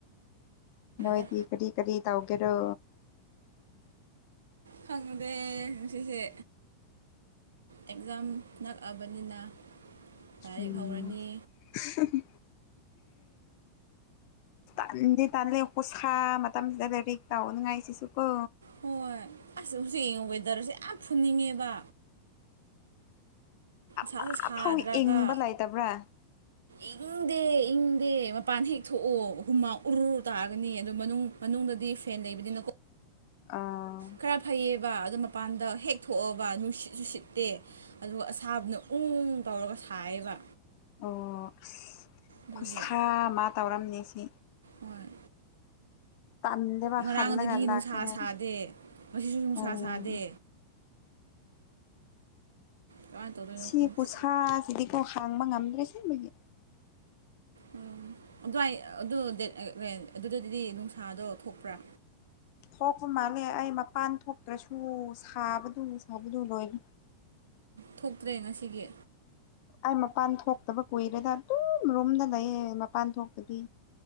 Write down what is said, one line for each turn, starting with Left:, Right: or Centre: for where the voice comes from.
Left: ꯅꯣꯏꯗꯤ
Right: ꯂꯩꯗ
Left: ꯀꯔꯤ ꯀꯔꯤ ꯇꯧꯒꯦꯔꯣ
Right: ꯈꯪꯗꯦ ꯉꯁꯤꯁꯦ ꯑꯦꯛꯖꯥꯝ ꯅꯛꯑꯕꯅꯤꯅ ꯂꯥꯏꯔꯤꯛ
Left: ꯎꯝ
Right: ꯍꯧꯔꯅꯤ
Left: <unintelligible> ꯇꯥꯟꯗꯤ ꯇꯥꯟꯂꯦ ꯈꯨꯣ ꯁꯥꯥ ꯃꯇꯝꯁꯤꯗ ꯂꯩꯔꯤꯛ ꯇꯧꯅꯉꯥꯏꯁꯤꯁꯨ ꯀꯣ
Right: ꯍꯣꯏ ꯑꯁ ꯍꯧꯖꯤꯛ ꯌꯦꯡꯉꯣ ꯋꯦꯗꯔꯁꯦ ꯌꯥꯝ ꯐꯨꯅꯤꯡꯉꯦꯕ
Left: ꯑꯃ
Right: ꯁꯥꯁꯨ ꯁꯥꯗ꯭ꯔꯒ
Left: ꯐꯥꯎ ꯏꯪꯕ ꯂꯩꯇꯕ꯭ꯔꯥ
Right: ꯏꯪꯗꯦ ꯏꯪꯗꯦ ꯃꯄꯥꯟ ꯍꯦꯛ ꯊꯣꯛꯑꯣ ꯍꯨꯝꯃ ꯑꯣꯔꯣ ꯇꯥꯒꯅꯤ ꯑꯗꯨ ꯃꯅꯨꯡ ꯃꯅꯨꯡꯗꯗꯤ ꯐꯦꯟ ꯂꯩꯕꯅꯤꯅꯀꯣ
Left: ꯑꯥ
Right: ꯈꯔ ꯐꯩꯌꯦꯕ ꯑꯗꯣ ꯃꯄꯥꯟꯗ ꯍꯦꯛ ꯊꯣꯛꯑꯕ ꯅꯨꯡꯁꯤꯠꯁꯨ ꯁꯤꯠꯇꯦ ꯑꯗꯨꯒ ꯑꯁꯥꯕꯅ ꯎꯪ ꯇꯧꯔꯒ ꯁꯥꯏꯌꯦꯕ
Left: ꯑꯣ ꯑꯁ
Right: ꯑꯗꯨꯒꯤ
Left: ꯈꯨꯁ ꯃꯥ ꯇꯧꯔꯝꯅꯦ ꯁꯤ
Right: ꯍꯣꯏ
Left: ꯇꯟꯗꯦꯕ
Right: ꯉꯔꯥꯡꯗꯒꯤ
Left: ꯈꯜꯂꯒ ꯂꯥꯛꯅꯤꯡꯉꯥꯏ
Right: ꯅꯨꯡꯁꯥ ꯁꯥꯗꯦ ꯃꯁꯤꯁꯨ ꯅꯨꯡꯁꯥ
Left: ꯎꯝ
Right: ꯁꯥꯗꯦ ꯀꯃꯥꯏꯅ ꯇꯧꯗꯣꯏꯅꯣ
Left: ꯁꯤ
Right: ꯈꯪꯗꯦ
Left: ꯈꯨꯁꯥ ꯁꯤꯗꯤꯀꯣ ꯍꯥꯡꯕ ꯉꯝꯗ꯭ꯔꯦ ꯑꯁꯦꯡꯕꯒꯤ
Right: ꯎꯝ ꯑꯗꯨꯋꯥꯏ ꯑꯗꯨ ꯗꯦ <unintelligible> ꯑꯗꯨꯗꯗꯤ ꯅꯨꯡꯁꯥꯗꯣ ꯊꯣꯛꯄ꯭ꯔꯥ
Left: ꯊꯣꯛꯄ ꯃꯥꯜꯂꯦ ꯑꯩ ꯃꯄꯥꯟ ꯊꯣꯛꯇ꯭ꯔꯁꯨ ꯁꯥꯕꯗꯨ ꯁꯥꯕꯗꯨ ꯂꯣꯏꯔꯦ
Right: ꯊꯣꯛꯇ꯭ꯔꯦ ꯉꯁꯤꯒꯤ
Left: ꯑꯩ ꯃꯄꯥꯟ ꯊꯣꯛꯇꯕ ꯀꯨꯏꯔꯦꯗ ꯑꯗꯨꯝ ꯔꯨꯝꯗ ꯂꯩꯌꯦ ꯃꯄꯥꯟ ꯊꯣꯛꯇꯕꯤ